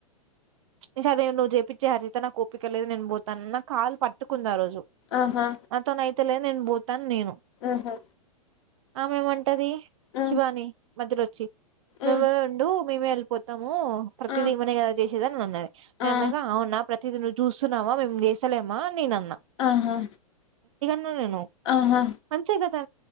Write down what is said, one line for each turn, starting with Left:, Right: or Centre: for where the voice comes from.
Right: ఈ సారి నువ్వు చేపిచ్చెయ్ హరిత నాకోపికలేదు నేను పోతాన్న కాలు పట్టుకుంద్ ఆ రోజు
Left: ఆహా
Right: నాతోనైతలేదు నేను పోతా అని నేను
Left: ఆహా
Right: ఆమెమంటది
Left: ఆ
Right: శివాని మధ్యలోచ్చి నువ్వే
Left: ఆ
Right: ఉండు మేమే వెళ్ళిపోతాం. ము ప్రతిదీఈమెనే
Left: ఆ,
Right: కద చేసేదనన్నది
Left: ఆ,
Right: నేను అన్నగా ప్రతి తిది నువ్వు చూస్తున్నావా మేము చేస్తలేమా అని నేనన్
Left: ఆహా!
Right: న్నానేను
Left: ఆహా
Right: మంచే గదా